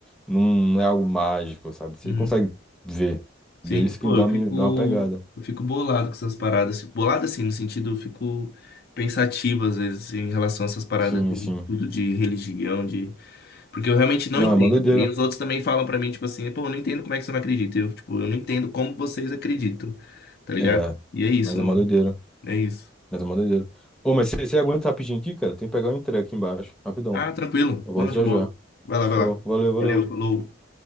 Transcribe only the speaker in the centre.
não é algo mágico, sabe? Você
consegue ver.
Daí isso
que dá,
me-
dá uma pegada.
Sim,
sim.
Não,
é uma doideira.
É,
mas é
uma doideira.
Mas é uma doideira. Ô, mas você você aguenta rapidinho aqui, cara? Tem que pegar o entrega aqui embaixo. Rapidão.
Eu volto
já
já.
Show.
Valeu, valeu.